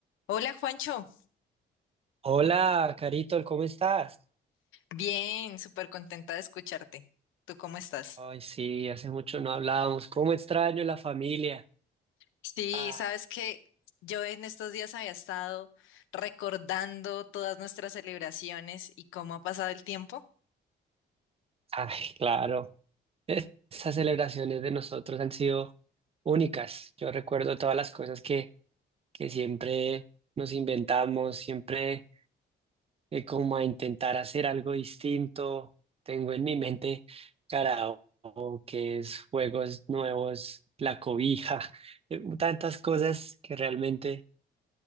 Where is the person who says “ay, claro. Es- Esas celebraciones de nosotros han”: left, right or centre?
Right